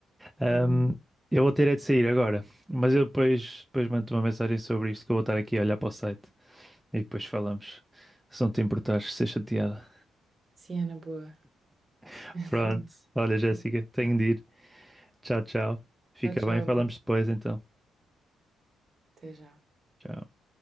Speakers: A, in the centre; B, on the right.
A: Ahm,
B: Tá bom.
A: eu vou ter é de sair agora, mas eu depois, depois mando-te uma mensagem sobre isto que eu vou estar aqui a olhar para o site e depois falamos. Se não te importares, ser chateada.
B: Sim, Ana, boa.
A: <laughs>
B: <laughs>
A: Pronto. Olha, Jéssica,
B: Até
A: tenho
B: já.
A: de ir. Tchau, tchau. Fica
B: Tchau, tchau.
A: bem, falamos depois então.
B: Até já.
A: Tchau.